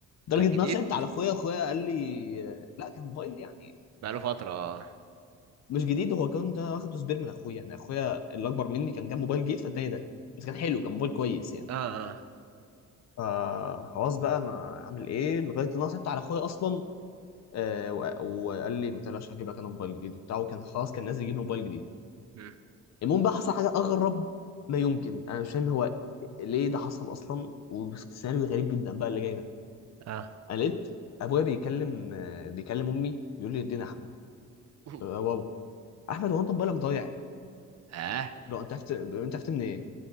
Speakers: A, on the left; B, on the right.
A: لدرجه
B: كان
A: ان
B: جديد
A: انا صعبت على اخويا اخويا قال لي لا كان موبايل يعني
B: بقاله فترة اه
A: مش جديد هو كان ده واخده سبير من اخويا يعني اخويا اللي اكبر مني كان جاب موبايل جديد فاداني ده بس كان حلو كان موبايل كويس يعني
B: اه اه
A: فخلاص بقى ما اعمل ايه لغايه ان انا صعبت على اخويا اصلا آه، و- وقال لي ما تقلقش هجيب لك انا موبايل جديد وبتاع وكان خلاص كان نازل يجيب موبايل جديد
B: مم.
A: المهم بقى حصل حاجه اغرب ما يمكن انا مش فاهم هو ليه ده حصل اصلا وسيناريو غريب جدا بقى اللي جاي ده
B: اه
A: انا لقيت ابويا بيكلم آه، بيكلم امي بيقول لي ادينا احمد
B: <laughs>
A: آه، واو احمد هو انت موبايلك ضايع
B: اه
A: لو انت عرفت انت عرفت منين